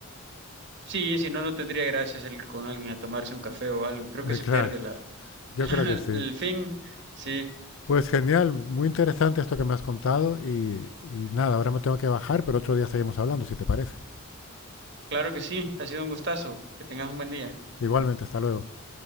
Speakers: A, on the right; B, on the left.
A: Sí, si no, no tendría gracia salir con alguien a tomarse un café o algo. Creo que
B: Eh,
A: se
B: claro,
A: pierde la,
B: yo
A: <laughs>
B: creo que sí.
A: el fin. Sí,
B: Pues genial, muy interesante esto que me has contado y, y nada, ahora me tengo que bajar, pero otro día seguimos hablando, si te parece.
A: claro que sí, ha sido un gustazo. Que tengas un buen día.
B: Igualmente, hasta luego.